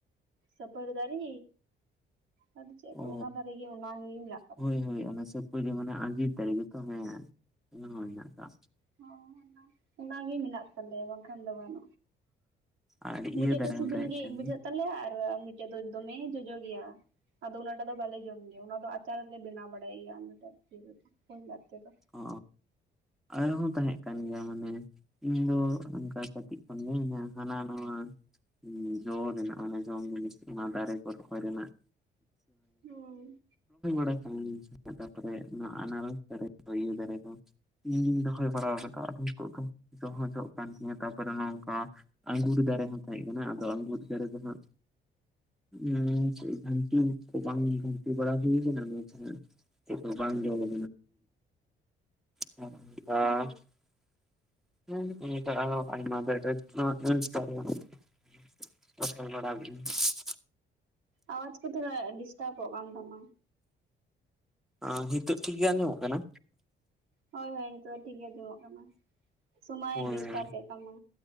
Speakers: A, on the right (about 90°); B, in the centre.
A: ᱥᱟᱹᱯᱟᱹᱨᱤ ᱫᱟᱨᱮ, ᱟᱫᱚ ᱪᱮᱫ ᱟᱫᱚ
B: ᱚ
A: ᱚᱱᱟ ᱫᱟᱨᱮ ᱚᱱᱟᱜᱮ ᱢᱮᱱᱟᱜ ᱛᱟᱞᱮᱭᱟ᱾
B: ᱦᱳᱭ ᱦᱳᱭ ᱚᱱᱟ ᱥᱟᱹᱯ ᱯᱟᱹᱨᱤ ᱢᱟᱱᱮ ᱟᱸᱡᱤᱨ ᱫᱟᱨᱮ ᱜᱮᱛᱚ ᱦᱮᱸ ᱚᱱᱟ ᱦᱚᱸ ᱦᱮᱱᱟᱜ ᱟᱠᱟᱜ-ᱟ᱾
A: ᱦᱚᱸ ᱚᱱᱟ, ᱚᱱᱟᱜᱮ ᱢᱮᱱᱟᱜ ᱛᱟᱞᱮᱭᱟ ᱵᱟᱝᱠᱷᱟᱱ ᱫᱚ ᱵᱟᱝ᱾
B: ᱟᱨ
A: ᱢᱤᱫᱴᱮᱡ
B: ᱤᱭᱟᱹ ᱫᱟᱨᱮ
A: ᱫᱚ ᱥᱤᱵᱤᱞ
B: ᱦᱚᱸ ᱛᱟᱦᱮᱸ
A: ᱜᱮ
B: ᱠᱟᱱ
A: ᱵᱩᱡᱷᱟᱹᱜ
B: ᱜᱮᱭᱟ
A: ᱛᱟᱞᱮᱭᱟ ᱟᱨ ᱢᱤ ᱴᱮᱡ ᱫᱚ ᱫᱚᱢᱮ ᱡᱚᱡᱚ ᱜᱮᱭᱟ ᱟᱫᱚ ᱚᱱᱟᱴᱟᱜ ᱫᱚ ᱵᱟᱞᱮ ᱡᱚᱢ ᱜᱮᱭᱟ ᱚᱱᱟ ᱫᱚ ᱟᱪᱟᱨᱞᱮ ᱵᱮᱱᱟᱣ ᱵᱟᱲᱟ <unintelligible>
B: ᱚ ᱟᱨᱦᱚᱸ ᱛᱟᱦᱮᱸᱜ ᱠᱟᱱ ᱜᱮᱭᱟ ᱢᱟᱱᱮ ᱤᱧ ᱫᱚ ᱱᱚᱝᱠᱟ ᱠᱟᱹᱴᱤᱡ ᱠᱷᱚᱱ ᱜᱮ <inaudible> ᱦᱟᱱᱟ ᱱᱚᱣᱟ ᱦᱩᱸ ᱡᱚ ᱨᱮᱱᱟᱜ ᱚᱱᱮ ᱡᱚᱢ ᱡᱤᱱᱤᱥ ᱚᱱᱟ ᱫᱟᱨᱮ ᱠᱚ ᱨᱚᱦᱚᱭ ᱨᱮᱱᱟᱜ
A: ᱦᱩᱸ
B: <inaudible> ᱛᱟᱨᱯᱚᱨᱮ ᱚᱱᱟ ᱟᱱᱟᱨᱚᱥ ᱫᱟᱨᱮ᱾ <inaudible> ᱫᱟᱨᱮ ᱠᱚ ᱤᱧ ᱜᱤᱱ ᱨᱚᱦᱚᱭ ᱵᱟᱲᱟᱣ ᱠᱟᱫᱟ ᱟᱫᱚ ᱛᱳᱜ ᱫᱚ ᱡᱚ ᱦᱚᱸ ᱡᱚᱜ ᱠᱟᱱ ᱛᱤᱧᱟᱹ ᱛᱟᱯᱚᱨᱮ ᱱᱚᱝᱠᱟ ᱟᱺᱜᱩᱨᱤ ᱫᱟᱨᱮ ᱦᱚᱸ ᱛᱟᱦᱮᱸᱜ ᱠᱟᱱᱟ ᱟᱫᱚ ᱟᱺᱜᱩᱨᱤ ᱫᱟᱨᱮ ᱫᱚ ᱦᱟᱸᱜ ᱩᱸ ᱪᱮᱫ ᱡᱷᱟᱹᱱᱴᱤ ᱠᱚ ᱵᱟᱝ ᱡᱷᱟᱹᱱᱴᱤ ᱵᱟᱲᱟ ᱦᱩᱭ ᱟᱠᱟᱱᱟ ᱟᱫᱚ ᱛᱟᱞᱦᱮ ᱪᱮᱫ ᱦᱚᱸ <inaudible> ᱟᱸᱜᱤᱨ ᱫᱚ᱾ <inaudible>
A: ᱚ
B: <inaudible> <inaudible>
A: ᱟᱣᱟᱡᱽ ᱠᱚ ᱛᱷᱚᱲᱟ ᱰᱤᱥᱴᱟᱯᱚᱜ ᱠᱟᱱ ᱛᱟᱢᱟ᱾
B: ᱟᱸ ᱱᱤᱛᱚᱜ ᱴᱷᱤᱠ ᱜᱮ ᱟᱸᱡᱚᱢᱚᱜ ᱠᱟᱱᱟ?
A: ᱦᱳᱭ ᱦᱳᱭ ᱱᱤᱛᱚᱜ ᱫᱚ ᱴᱷᱤᱠ ᱜᱮ ᱟᱸᱡᱚᱢᱚᱜ ᱠᱟᱱᱟ, ᱥᱚᱢᱚᱭ
B: ᱦᱳᱭ
A: ᱰᱤᱥᱴᱟᱯᱮᱜ ᱛᱟᱢᱟ᱾